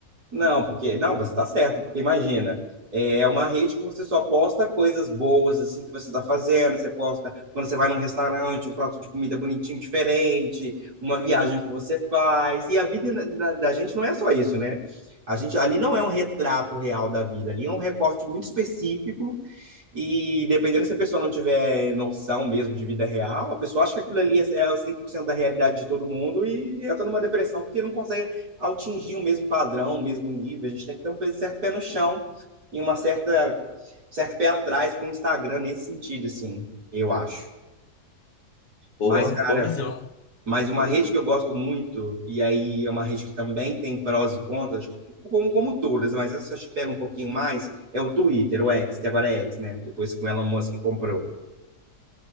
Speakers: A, on the right (about 70°); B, on the left (about 60°).
A: Não, porque. Não, você está certo, porque imagina. É é uma rede que você só posta coisas boas, assim, que você está fazendo. Você posta quando você vai num restaurante, um prato de comida bonitinho, diferente, uma viagem que você faz. E a vida da, da gente não é só isso, né? A gente, ali não é um retrato real da vida, ali é um recorte muito específico e dependendo se a pessoa não tiver noção mesmo de vida real, a pessoa acha que aquilo ali é 100% da realidade de todo mundo e entra numa depressão porque não consegue atingir o mesmo padrão, o mesmo nível. A gente tem que ter um certo pé no chão e uma certa certo pé atrás com o Instagram nesse sentido, assim, eu acho.
B: Boa,
A: Mas, cara,
B: boa visão,
A: mas uma
B: boa
A: rede
B: visão.
A: que eu gosto muito, e aí é uma rede que também tem prós e contras, acho que como, como todas, mas essa acho que pega um pouquinho mais, é o Twitter, o X, que agora é X, né? Depois que o Elon Musk comprou.